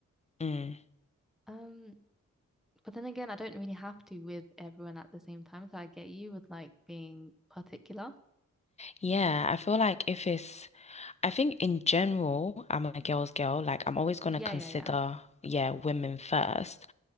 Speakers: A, on the left; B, in the centre.
A: Mm.
B: Um, but then again, I don't really have to with everyone at the same time. So I get you with like being particular.
A: Yeah, I feel like if it's, I think in general, I'm a girl's girl. Like, I'm always gonna
B: Yeah,
A: consider,
B: yeah, yeah.
A: yeah, women first.